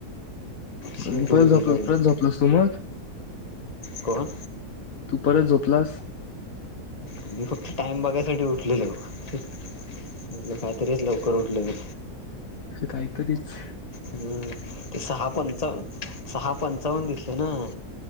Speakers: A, on the left; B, on the left.
A: शेड्यूल
B: अजून पारत झपलास
A: बिघडलं
B: परत झोपलास तू मग?
A: कोण?
B: तू परत झोपलास?
A: मी फक्त टाइम बघायसाठी उठलेल म्हटलं कायतरीच लवकर उठलो मी.
B: कायतरीच.
A: हम्म. ते सहा पंचावन, सहा पंचावन्न दिसलं ना.